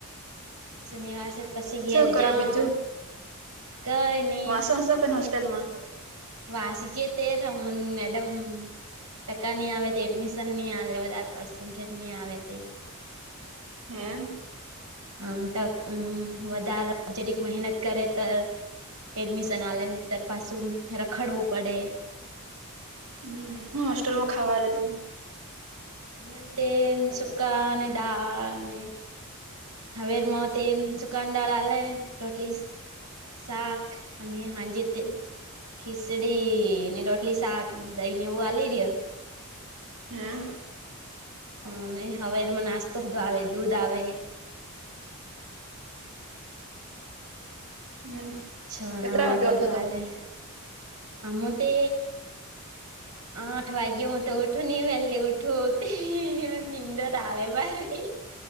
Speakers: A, on the right; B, on the right.
A: શનિવાર છે પછી ઘેર
B: શું કરો
A: જા
B: બીજું
A: કઈ ન
B: વાસો હસો કે હોસ્ટેલમાં
A: વાસીકે તેર રમન મેડમ. ટકા નહીં આવે તે એડમિશન નહીં આવે લે વધારે પર્સન્ટેજ નહીં આવે તે
B: હે.
A: આમ તક વધાર જરિક મહેનત કરે ત એડમિશન આલનેતર પાસું રખડવું પડે
B: હમ હોસ્ટેલમાં ખાવા ત
A: ઉતે સુકા અને ડળ હવેરમાં તે એ સુુકાનડાળલે રોટલી શાક અને હાજે તે ખીચડી ની રોટલી શાક ની દહી ને એવું વાલી રહ્યો
B: હમ
A: હમ નહી હવે એમાં નાસ્તોધો આવે દૂધ આવે
B: હમ
A: છણા
B: કેટલા
A: અને
B: વાગે
A: એવું
B: ઉઠો
A: બધું
B: તમે
A: હલે આમું તે આઠ વાગે હું તો ઉઠું ન વહેલ્લી ઉઠું તે નિંદ તા આવે ભાઈ